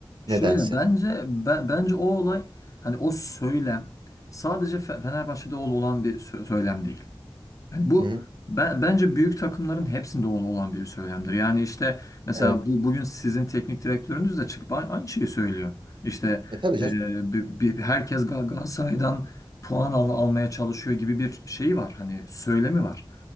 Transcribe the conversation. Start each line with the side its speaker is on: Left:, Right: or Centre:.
Left: şöyle
Right: nedense.
Left: bence be- bence o olay hani o söylem sadece Fe- Fenerbahçe'de ol- olan bir sö- söylem değil. Yani bu
Right: Hı hı.
Left: ben, bence büyük takımların hepsinde ol- olan bir söylemdir. Yani işte mesela
Right: Evet.
Left: bu, bugün sizin teknik direktörünüz de çıkıp a- aynı şeyi söylüyor. İşte
Right: E tabii canım.
Left: e, bir, bir- herkes Gal- Galatasaray'dan puan al- almaya çalışıyor gibi bir şey var. Hani söylemi var.